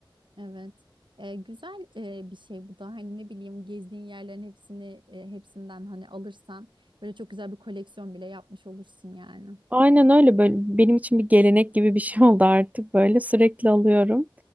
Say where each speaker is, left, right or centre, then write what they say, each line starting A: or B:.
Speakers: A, on the right (about 65°); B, on the right (about 15°).
A: Evet. E, güzel e, bir şey bu da hani ne bileyim gezdiğin yerlerin hepsini e, hepsinden hani alırsan böyle çok güzel bir koleksiyon bile yapmış olursun yani.
B: Aynen öyle böyle benim için bir gelenek gibi bir şey <laughs> oldu artık böyle sürekli alıyorum.